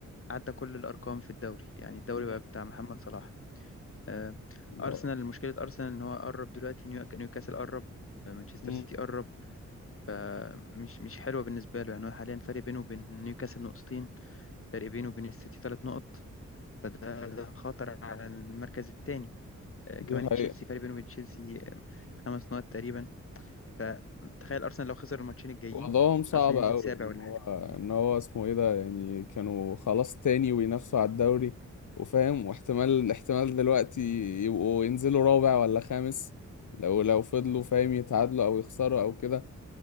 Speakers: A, on the left; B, on the left.
A: عدى كل الارقام في الدوري يعني الدوري
B: مم.
A: بقى بتاع محمد صلاح آه،
B: لا
A: أرسنال مشكلة أرسنال إن هو قرب دلوقتي نيو- نيوكاسل قرب آه، مانشستر
B: مم.
A: سيتي قرب آه، مش مش حلوة بالنسبة له يعني هو حاليا فرق بينه وبين نيوكاسل نقطتين فرق بينه وبين السيتي ثلاث نقط فده ده خطر على المركز الثاني
B: دي
A: كمان
B: حقيقة
A: تشيلسي فرق بينه وبين تشيلسي آه، خمس نقط تقريبا فتخيل أرسنال لو خسر الماتشين الجايين
B: وضعهم صعب
A: أرسنال
B: قوي
A: ينزل سابع
B: ان
A: ولا
B: هو
A: حاجة
B: ان هو اسمه ايه ده يعني كانوا خلاص تاني وينافسوا على الدوري وفاهم واحتمال احتمال دلوقتي يبقوا ينزلوا رابع ولا خامس لو لو فضلوا فاهم يتعادلوا او يخسروا او كده